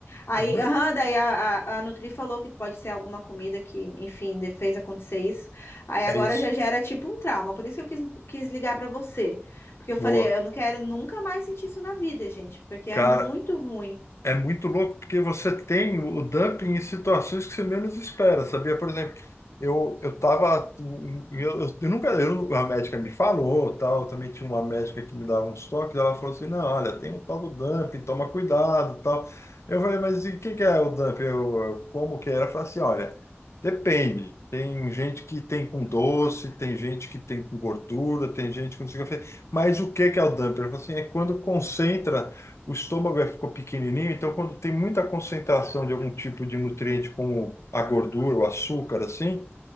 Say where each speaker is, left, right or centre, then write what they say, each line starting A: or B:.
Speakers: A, on the left; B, on the left.
A: Aí,
B: Eu- É
A: <laughs> aham, daí a, a, a Nutri falou que pode ser alguma comida que, enfim, de- fez acontecer isso. Aí agora
B: é isso.
A: já gera tipo um trauma. Por isso que eu quis, quis ligar pra você. Porque eu falei,
B: Boa.
A: eu não quero nunca mais sentir isso na vida, gente. Porque
B: Cara,
A: é muito ruim.
B: É muito louco, porque você tem o o dumping em situações que você menos espera, sabia? Por exemplo, eu, eu tava. Eu, eu- eu nunca. Eu, a médica me falou, tal. Também tinha uma médica que me dava uns toques. Ela falou assim: não, olha, tem o tal do dumping, toma cuidado, tal. Eu falei, mas e o que, que é o dumping? Eu, eu- como que é? Ela falou assim: olha, depende. Tem gente que tem com doce, tem gente que tem com gordura, tem gente que não sei o que. Eu falei, Mas o que, que é o dumping? Ela falou assim: é quando concentra o estômago é- ficou pequenininho, então quando tem muita concentração de algum tipo de nutriente, como a gordura, o açúcar, assim,